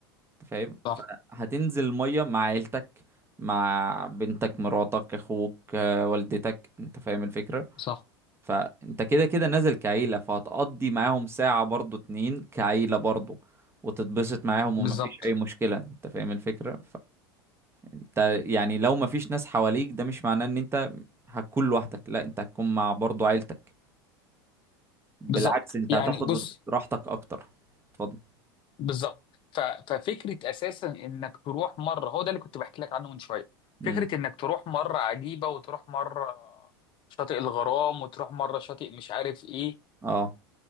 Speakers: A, on the right; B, on the left.
A: انت فاهم
B: صح
A: فهتنزل الميه مع عيلتك مع بنتك مراتك اخوك آه، والدتك انت فاهم الفكره
B: صح
A: فانت كده كده نازل كعيله فهتقضي معاهم ساعه برضو اتنين كعيله برضو وتتبسط معاهم
B: بالظبط
A: ومفيش اي مشكله انت فاهم الفكره انت يعني لو مفيش ناس حواليك ده مش معناه ان انت هتكون لوحدك لا انت هتكون مع برضو عيلتك بالعكس
B: بالظبط
A: انت
B: يعني
A: هتاخد
B: بص
A: راحتك اكتر اتفضل
B: بالظبط ف... ففكره اساسا انك تروح مره هو ده اللي كنت بحكي لك عنه من شويه
A: امم
B: فكره انك تروح مره عجيبه وتروح مره شاطئ الغرام وتروح مره شاطئ مش عارف ايه
A: اه